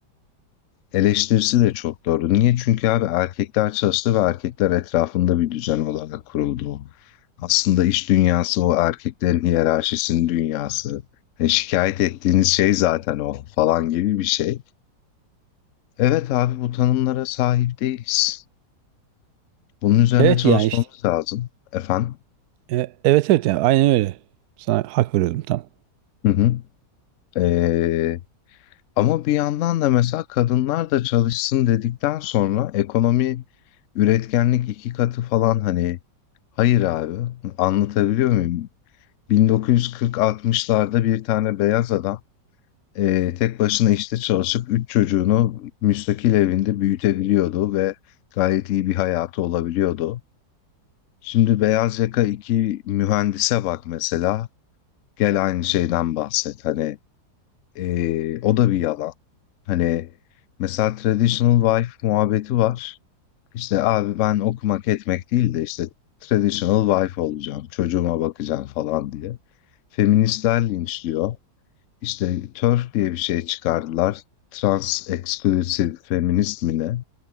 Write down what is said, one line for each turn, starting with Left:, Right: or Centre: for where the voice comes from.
Left: eleştirisi de çok doğru. Niye? Çünkü abi erkekler çalıştı ve erkekler etrafında bir düzen olarak kuruldu. o. Aslında iş dünyası o erkeklerin hiyerarşisinin dünyası. E, şikayet ettiğiniz şey zaten o falan gibi bir şey. Evet abi bu tanımlara sahip değiliz. Bunun üzerine
Right: evet,
Left: çalışmamız
Right: yani, iş
Left: lazım. Efendim?
Right: eee, evet, evet, yani aynen öyle. Sana hak veriyordum tam.
Left: Hı hı. Eee Ama bir yandan da mesela kadınlar da çalışsın dedikten sonra ekonomi, üretkenlik 2 katı falan, hani Hayır abi, anlatabiliyor muyum? 1940-60'larda bir tane beyaz adam, eee, tek başına işte çalışıp 3 çocuğunu müstakil evinde büyütebiliyordu ve gayet iyi bir hayatı olabiliyordu. Şimdi beyaz yaka 2 mühendise bak mesela, gel aynı şeyden bahset. Hani Eee, o da bir yalan. Hani, mesela traditional wife muhabbeti var. İşte, abi ben okumak etmek değil de, işte, traditional wife olacağım, çocuğuma bakacağım falan diye. Feministler linçliyor. İşte, TERF diye bir şey çıkardılar. Trans Exclusive Feminist mi ne?